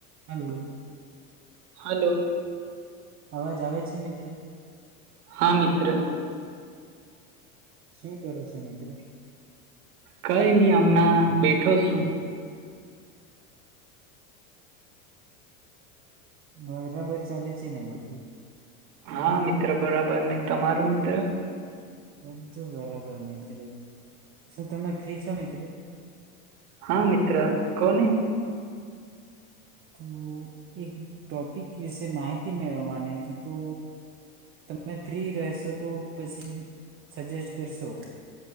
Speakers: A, on the right; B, on the right.
A: Hello
B: hello.
A: અવાજ આવે છે મિત્ર.
B: હા મિત્ર
A: શું કરો છો મિત્ર?
B: કઈ નહી હમણાં બેઠો શું.
A: હા બરાબર ચાલે છે ને બધું.
B: હા મિત્ર બરાબર અને તમારું મિત્ર.
A: બધું બરાબર મિત્ર શું તમે ફ્રી છો મિત્ર?
B: હા મિત્ર કોને.
A: તો એક ટોપિક વિશે માહિતી મેળવવાની હતી, તો તમે ફ્રી રહેશો તો પછી સજેસ્ટ કરશો. <inaudible>